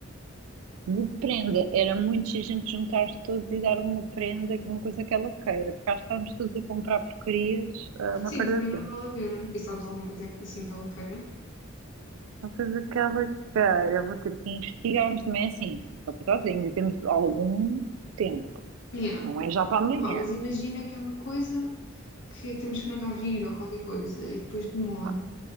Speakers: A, on the right; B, on the left.
A: De prenda, era muito giro a gente juntar-se todos e dar uma prenda, uma coisa que ela queira, porque cá estávamos todos a comprar porcarias, ah, uma
B: Sim,
A: perda
B: também
A: de
B: não
A: tempo.
B: vale a pena. E sabes alguma coisa assim que ela queira?
A: Uma coisa que ela queira, vou ter que investigar, mas também é assim, só que eu estou a dizer, ainda temos algum tempo,
B: Yeah.
A: não é já para amanhã,
B: Opá, mas imagina que é uma coisa que temos que mandar vir ou qualquer coisa e depois demora.
A: Ah,